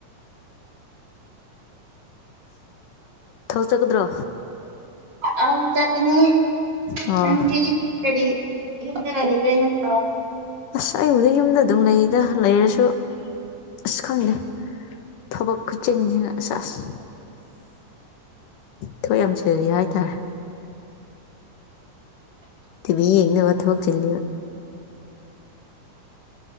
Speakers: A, on the left (about 80°); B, on the right (about 35°).
A: ꯊꯕꯛ ꯆꯀꯗ꯭ꯔꯣ?
B: ꯑꯥꯎ ꯆꯥꯠꯀꯅꯤ
A: ꯑꯣ
B: ꯅꯪꯗꯤ ꯀꯔꯤ? <unintelligible> ꯅꯠꯇ꯭ꯔ‌ꯣ
A: ꯑꯁ ꯑꯩꯕꯨꯗ ꯌꯨꯝꯗ ꯑꯗꯨꯝ ꯂꯩꯗ ꯂꯩꯔꯁꯨ ꯑꯁ ꯈꯪꯗꯦ ꯫ ꯊꯕꯛ ꯈꯨꯆꯤꯟꯁꯤꯅ ꯑꯁꯁ ꯊꯕꯛ ꯌꯥꯝ ꯆꯤꯜꯂꯤ ꯍꯥꯏꯇꯥꯔꯦ ꯇꯤꯚꯤ ꯌꯦꯡꯅꯕ ꯊꯕꯛ ꯆꯤꯜꯂꯤꯕꯥ